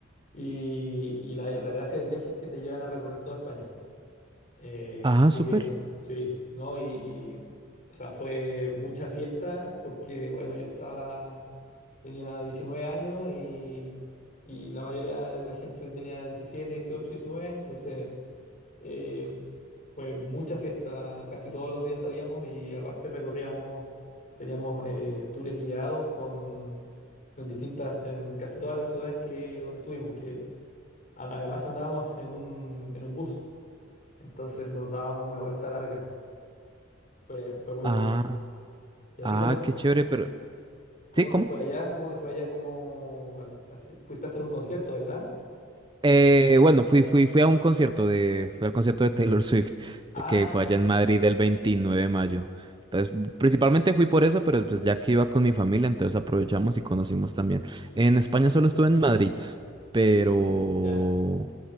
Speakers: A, on the left; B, on the right.
A: y, y la, la gracia del viaje es que te llevan a recorrer toda España. Eh,
B: Ah,
A: así
B: súper.
A: que sí, ¿no? Y, y, o sea, fue mucha fiesta porque, bueno, yo estaba, tenía 19 años y, y la mayoría de la gente tenía diecisiete dieciocho diecinueve entonces eh, fue mucha fiesta, casi todos los días salíamos y aparte recorríamos, teníamos eh, tours guiados con, en distintas, en casi todas las ciudades que, donde estuvimos, que a- además andábamos en un, en un bus. Entonces nos dábamos una vuelta larga. Fue, fue muy bueno.
B: Ah,
A: ¿Y a
B: ah,
A: ti cómo,
B: qué chévere, pero...
A: cómo
B: ¿Sí?
A: te
B: ¿Cómo?
A: fue allá? ¿Cómo te fue allá? ¿Cómo al- al fi- fuiste a hacer un concierto, verdad?
B: Eh, bueno, fui, fui, fui a un concierto de, fui al concierto de Taylor <laughs> Swift,
A: Ah,
B: de que fue allá en Madrid el 29 de mayo. Entonces, principalmente fui por eso, pero pues ya que iba con mi familia, entonces aprovechamos y conocimos también. En España solo estuve en Madrid, pero
A: ya. Ya.